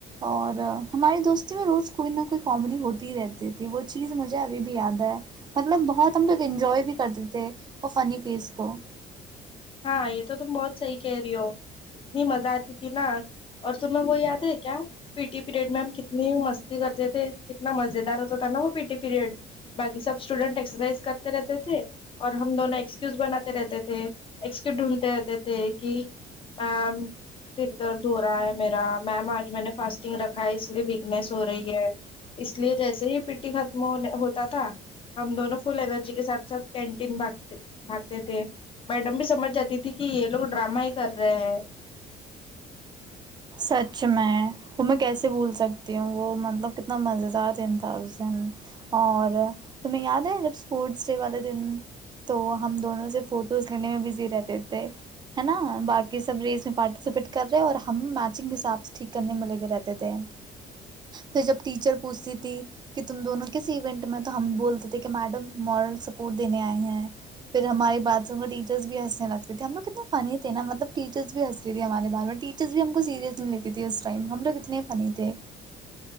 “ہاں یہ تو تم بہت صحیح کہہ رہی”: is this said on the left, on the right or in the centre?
Left